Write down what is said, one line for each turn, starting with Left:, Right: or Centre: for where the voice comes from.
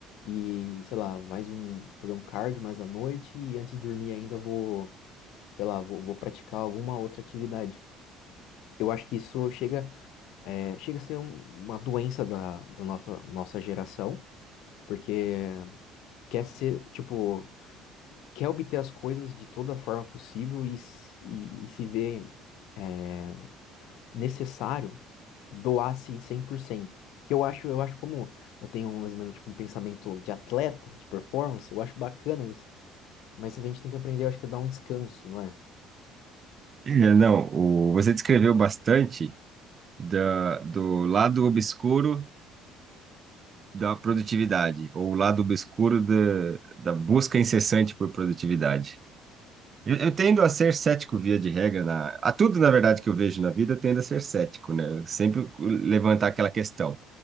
Left: E, sei lá, mais um, fazer um cardio mais à noite e antes de dormir ainda vou, sei lá, vou, vou praticar alguma outra atividade. Eu acho que isso chega é, chega a ser um- uma doença da, da nossa, nossa geração, porque quer ser, tipo, quer obter as coisas de toda forma possível e, s- e, e se vê é, necessário doar-se cem por cento Que eu acho, eu acho como eu tenho mais ou menos tipo, um pensamento de atleta, de performance, eu acho bacana isso. Mas a gente tem que aprender, eu acho que é dar um descanso, não é?
Right: É, Não, o, você descreveu bastante da, do lado obscuro da produtividade, ou o lado obscuro da, da busca incessante por produtividade. Eu, eu tendo a ser cético via de regra, na, a tudo, na verdade, que eu vejo na vida, eu tendo a ser cético, né? Eu Sempre levantar aquela questão.